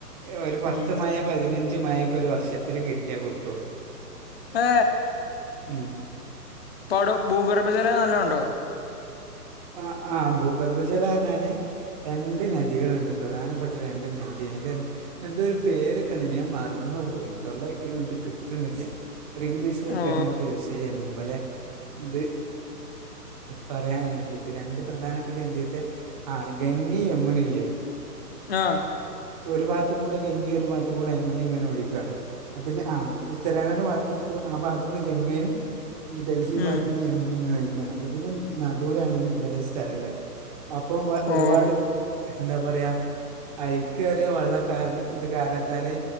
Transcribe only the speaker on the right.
ഒരു പത്ത്
മയ പതിനഞ്ച് മയൊക്കെ ഒരു വർഷത്തില് കിട്ടിയ കുട്ടുള്ളു
ഉം
ആഹ് ആഹ് ഭൂഗർഭജലാറഞ്ഞാല് രണ്ട് നദികള്ണ്ട് പ്രധാനപ്പെട്ട രണ്ട് നദി അയിൻ്റെ എന്ത് ഒരു പേരൊക്കെണണ് ഞാൻ മറന്നു പോയി തൊള്ളൊക്ക് കിട്ടുണ്ല്ല ഒരു ഇംഗ്ലീഷ്.
ത്ടേമൊക്കെ യൂസ് ചെയ്യല്ണ്ട് പോലെ ഇത് പറയാൻ വേണ്ടി രണ്ട് പ്രധാനപ്പെട്ട ഇന്ത്യത്തെ ആ ഗംഗി യമുനല്ലേ?
ഒരു ഭാത്തു കൂടെ ഗങ്കി ഒരു ഭാത്ത കൂടെ എമ്മനി ഇങ്ങനെ ഒയിക്കണ്. അതിന് ആ ഉത്തരാഖണ്ഡ്ഭാഗതുക്കു ആ ഭാഗത്തു നിന്ന് ഗംഗയും ഈ ഡൽഹി
ഭാഗത്തു നിന്ന് ഇങ്ങനെ ഇങ്ങനെ ആയിങ്ങാണ്ട് അതിന്റെ ന്നടു ലാണ് ഇമ്പലെസ്ഥലള്ളത്. അപ്പം വ ഒരുപാട്
എന്താപറയാ ഐക്കേറിയ വെള്ള കാരന് ഇത്കാരണത്താല്